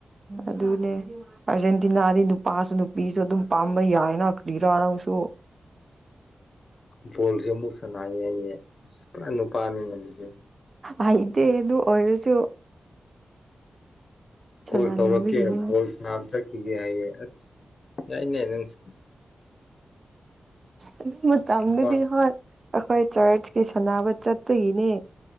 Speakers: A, on the right; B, on the left.
A: ꯑꯗꯨꯅꯦ ꯑꯥꯔꯖꯦꯟꯇꯤꯅꯥꯗꯤ ꯅꯨꯄꯥꯁꯨ ꯅꯨꯄꯤꯁꯨ ꯑꯗꯨꯝ ꯄꯥꯝꯕ ꯌꯥꯏꯅ ꯀ꯭ꯔꯤꯔ ꯅꯪꯁꯨ
B: ꯕꯣꯜꯁꯦ ꯑꯃꯨꯛ ꯁꯅꯥꯌꯦꯌꯦ ꯑꯁ ꯄꯨꯔꯥ ꯅꯨꯄꯥꯅꯤ ꯂꯩꯔꯤꯁꯦ
A: ꯍꯩꯇꯦ ꯑꯗꯨ ꯑꯣꯔꯁꯨ ꯁꯥꯟꯅꯅꯤꯡꯕꯒꯤꯅꯤꯅ
B: ꯀꯣꯜ ꯇꯧꯔꯛꯀꯦ ꯕꯣꯜꯁꯅꯕ ꯆꯠꯈꯤꯒꯦ ꯍꯥꯏꯌꯦ ꯑꯁ ꯌꯥꯏꯅꯦ ꯅꯪꯁꯦ
A: ꯑꯗꯨ ꯃꯇꯝꯗꯨꯗꯤ
B: ꯅꯨꯄꯥ
A: ꯍꯣꯏ ꯑꯩꯈꯣꯏ ꯆꯔꯆꯀꯤ ꯁꯥꯟꯅꯕ ꯆꯠꯄꯒꯤꯅꯤ